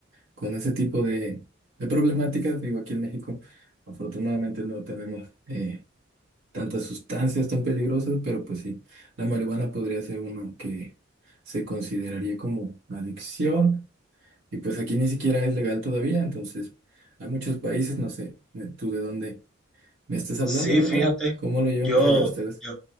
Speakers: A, on the right (about 85°); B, in the centre.
A: con ese tipo de, de problemáticas, digo, aquí en México afortunadamente no tenemos... eh, tantas sustancias tan peligrosas, pero pues sí, la marihuana podría ser una que se consideraría como adicción y pues aquí ni siquiera es legal todavía, entonces hay muchos países, no sé eh, tú de dónde me estás hablando,
B: Sí,
A: Nata,
B: fíjate,
A: cómo lo llevan
B: yo,
A: por allá ustedes.
B: yo,